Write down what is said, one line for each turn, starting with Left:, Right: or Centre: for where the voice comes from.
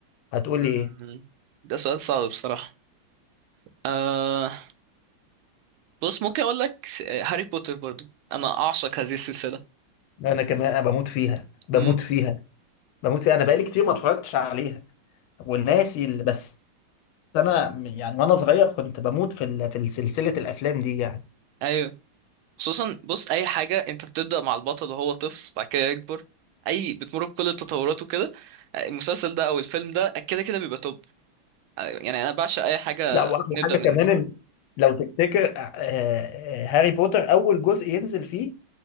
Left: هتقول
Right: مم.
Left: لي ايه
Right: ده سؤال صعب بصراحه آه بص ممكن اقول لك س- هاري بوتر برضو انا اعشق هذه السلسله
Left: انا كمان انا بموت فيها بموت
Right: امم
Left: فيها بموت فيها انا بقالي كتير ما اتفرجتش عليها والناسي اللي بس انا م- يعني وانا صغير كنت بموت في ال- في سلسله الافلام دي يعني
Right: ايوه خصوصا بص اي حاجه انت بتبدا مع البطل وهو طفل بعد كده يكبر اي بتمر بكل التطورات وكده آه، المسلسل ده او الفيلم ده كده كده بيبقى توب آه، يعني انا بعشق اي حاجه
Left: لا واحلى
Right: نبدا
Left: حاجه
Right: من
Left: كمان إن لو تفتكر آه، آه، هاري بوتر اول جزء ينزل فيه